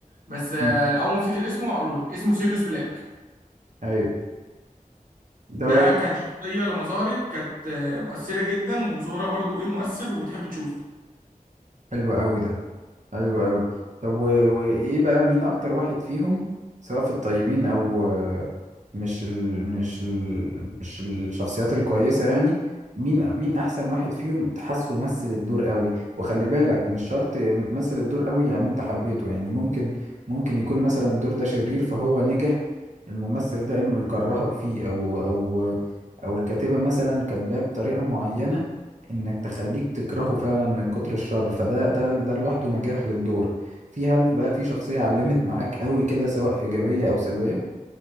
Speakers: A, on the right; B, on the right.
A: بس آه،
B: مم.
A: اول ما افتكر اسمه هقوله لك اسمه سيريوس بلاك
B: ايوه دوت
A: ده كان شخصية لما ظهرت كانت آه، مؤثرة جدا وظهورها برضو ايه مؤثر وتحب تشوفه
B: حلو قوي ده حلو قوي طب و... وايه بقى مين اكتر واحد فيهم سواء في الطيبين او آه، مش ال... مش ال... مش الشخصيات الكويسة يعني مين مين احسن واحد فيهم تحسه مثل الدور قوي وخلي بالك مش شرط مثل الدور قوي يعني انت حبيته يعني ممكن ممكن يكون مثلا الدور ده شرير فهو نجح الممثل ده انه يكرهك فيه او او او الكاتبة مثلا كاتباه بطريقة معينة انك تخليك تكرهه فعلا من كتر الشر فده ده ده لوحده نجاح للدور في هل بقى في شخصية علمت معاك قوي كده سواء إيجابية أو سلبية